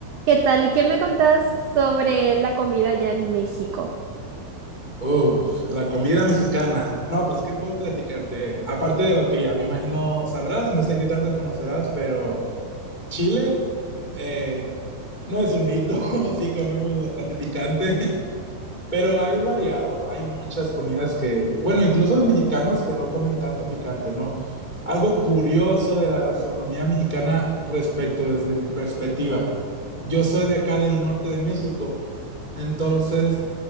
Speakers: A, on the right; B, on the left.
A: ¿Qué tal? ¿Qué me contás sobre la comida allá en México?
B: Uf, la comida mexicana. No, pues, ¿qué puedo platicarte? Aparte de lo que ya me imagino sabrás, no sé qué tanto conocerás, pero Chile eh, no es un mito. <laughs> Sí comemos bastante picante, <laughs> pero hay variado. Hay muchas comidas que, bueno, incluso los mexicanos que no comen tanto picante, ¿no? Algo curioso de la gastronomía mexicana respecto desde mi perspectiva. Yo soy de acá del norte de México. Entonces,